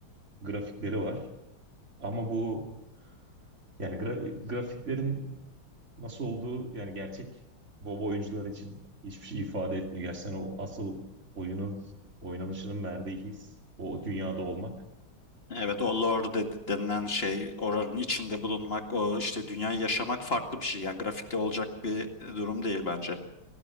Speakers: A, on the right; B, on the left.
A: grafikleri var. Ama bu yani gra- grafiklerin nasıl olduğu yani gerçek baba oyuncular için hiçbir şey ifade etmiyor. Gerçekten o asıl oyunun oynanışının verdiği his o dünyada olmak.
B: Evet o lore de- denilen şey oranın içinde bulunmak o işte dünyayı yaşamak farklı bir şey yani grafikle olacak bir e, durum değil bence.